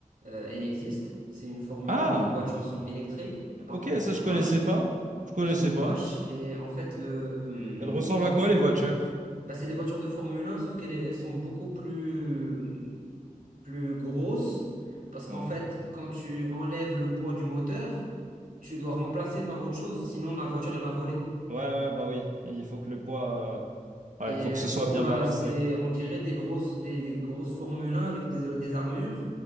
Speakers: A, on the right; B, on the right.
A: euh, elle existe. C'est une Formule
B: Ah,
A: 1 où les voitures sont électriques, mais par
B: ok,
A: contre,
B: ça,
A: elles sont
B: je
A: moches.
B: connaissais pas. Je connaissais
A: Elles sont moches
B: pas.
A: et en fait, le,
B: Elles ressemblent
A: euh, quand
B: à quoi,
A: tu...
B: les voitures?
A: Bah, c'est des voitures de Formule 1, sauf qu'elles elles sont beaucoup plus plus grosse parce qu'en
B: Ouais,
A: fait, quand tu enlèves le poids du moteur, tu dois remplacer par autre chose, sinon la voiture elle va voler.
B: ouais, ouais, bah oui. Il faut que le poids... euh, Ouais,
A: Et
B: il faut
A: euh,
B: que ce
A: du
B: soit
A: coup,
B: bien
A: bah,
B: balancé.
A: c'est, on dirait des grosses, des, des grosses Formule un avec des, des armures.